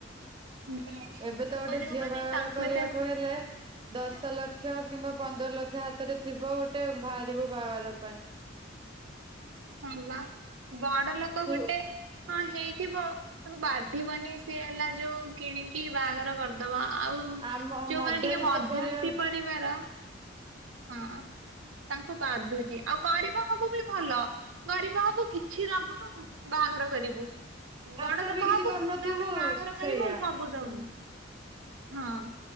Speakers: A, on the right; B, on the right.
A: ବଡ
B: ଏବେ ତ
A: ଲୋକ
B: ଗୋଟେ
A: ଯୋଉମାନେ
B: ଝିଅ ବାହାଘର
A: ତାଙ୍କୁ
B: କରିବାକୁ
A: ଏତେ
B: ହେଲେ ଦଶ ଲକ୍ଷ ଦଶ କିମ୍ବା ପନ୍ଦର ଲକ୍ଷ ହାତରେ ଥିବ ଗୋଟେ ବାହାରିବୁ ବାହାଘର ପାଇଁ
A: ହଁ ବା। ବଡ ଲୋକ
B: ସୁ
A: ଗୋଟେ କଣ ହେଇଥିବ ତାକୁ ବାଧିବନି ସିଏ ହେଲା ଯୋଉ କିଣିକି ବାହାଘର କରିଦବ ଆଉ
B: ଆମ
A: ଯୋଉମାନେ
B: ମଧ୍ୟବିତ୍ତ
A: ଟିକେ ମଧ୍ୟସ୍ତି
B: ପରିବାର
A: ପରିବାର ହଁ ତାଙ୍କୁ ବାଧୁଛି ଆଉ କରିବାକୁ ବି ଭଲ ଗରିବ ହବୁ କିଛି ଦବୁନୁ ବାହାଘର କରିବୁ ବଡ
B: ଆଶା
A: ଲୋକ
B: ବି କିଛି
A: ହବୁ
B: କରିନଥିବୁ
A: ଧୁମଧାମ ରେ ବାହାଘର କରିବୁ
B: ସେଇଆ
A: ସବୁ ଦବୁ।
B: ହୁଁ
A: ହଁ